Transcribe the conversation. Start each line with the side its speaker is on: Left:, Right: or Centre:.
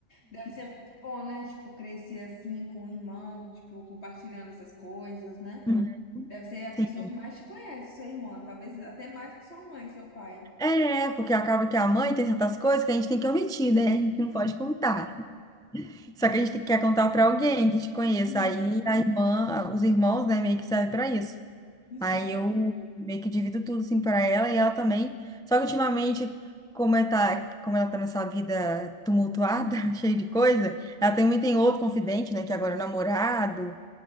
Left: Deve ser muito bom, né? Tipo, crescer assim com o irmão, tipo, compartilhando essas coisas, né?
Centre: Uhum.
Left: Deve ser a pessoa
Centre: Sim.
Left: que mais te conhece, sua irmã. Talvez até mais que sua mãe, seu pai.
Centre: É, porque acaba que a mãe tem certas coisas que a gente tem que omitir, né? A gente não pode contar. Só que a gente tem quer contar para alguém que te conheça.
Left: Uhum.
Centre: Aí a irmã, os irmãos, né, meio que servem para isso.
Left: Sim.
Centre: Aí eu meio que divido tudo assim para ela e ela também. Só que ultimamente, como ela tá, como ela tá nessa vida tumultuada, <laughs> cheia de coisa, ela também tem outro confidente, né, que agora é o namorado.